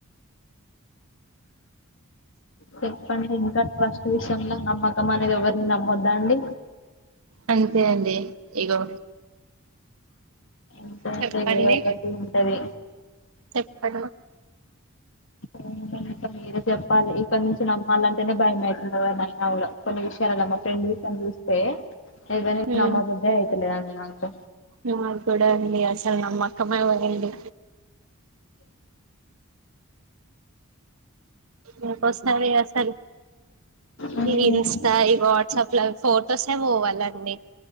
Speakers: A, on the left; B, on the right.
A: చెప్పండి ఇంకా ట్రస్ట్ విషయంలో నమ్మకం అనేది ఎవరిని నమ్మొద్దా అండి
B: అంతే అండి ఇగో
A: ఎంతైతే
B: చెప్పండి
A: ఏదో ఒకటి ఉంటది
B: చెప్పండి
A: ఉ ఇంక మీరే చెప్పాలి ఇక్కడ నుంచి నమ్మాలంటేనే భయం అయితుంది ఎవర్నైనా కూడా కొన్ని విషయలల్ల మా ఫ్రెండ్ విషయం చూస్తే ఎవరిని
B: హ్మ్
A: నమ్మబుద్దే అయితలేదండి నాకు
B: నాక్ కూడా అండి అసలు నమ్మకమే పోయింది ఇన్ ఫోస్ సరే అసల్
A: ఉమ్,
B: ఇది ఇన్స్టా ఇ వాట్సప్ లా ఫోర్ తో సెవ్ పోవాలండి